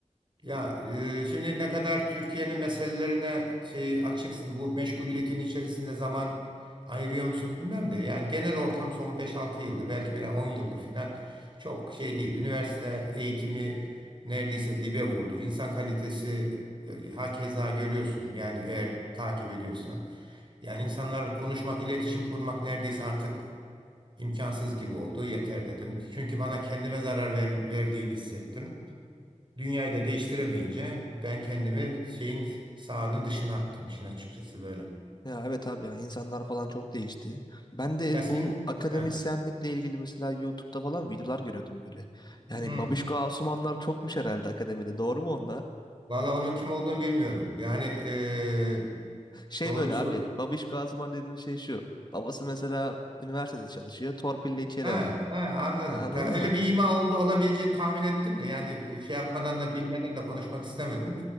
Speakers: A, on the right; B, on the left.
A: ya e, şimdi ne kadar Türkiye'nin meselelerine şey açıksın, bu meşguliyetin içerisinde zaman ayırıyor musun bilmem de yani genel ortam son beş altı yıldır belki bir 10 yıldır filan çok şey değil. Üniversite eğitimi neredeyse dibe vurdu. İnsan kalitesi e, hakeza görüyorsun yani eğer takip ediyorsan. Yani insanlarla konuşmak, iletişim kurmak neredeyse artık imkansız gibi oldu. Yeter dedim. Çünkü bana kendime zarar ver- verdiğini hissettim. Dünyayı da değiştiremeyince ben kendimi şeyin sahanın dışına attım işin açıkçası böyle.
B: Ya evet abi ya insanlar falan çok değişti. Ben de
A: Ya sen,
B: bu akademisyenlikle
A: he,
B: ilgili mesela YouTube'da falan videolar görüyordum böyle.
A: hmm.
B: Yani Babişko Asumanlar çokmuş herhalde akademide. Doğru mu onlar?
A: Valla onun kim olduğunu bilmiyorum. Yani e,
B: Şey
A: doğrusu
B: böyle abi. Babişko Asuman dediğimiz şey şu. Babası mesela üniversitede çalışıyor. Torpille içeri
A: Ha,
B: alıyorlar.
A: ha, anladım.
B: Ha, anladın
A: Ta- öyle
B: mı?
A: bir ima oldu olabileceğini tahmin ettim de yani şey yapmadan da bilmeden de konuşmak istemedim.